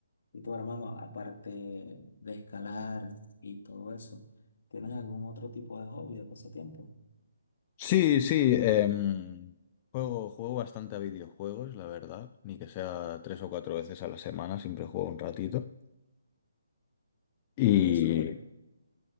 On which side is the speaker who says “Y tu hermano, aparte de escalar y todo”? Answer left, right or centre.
Left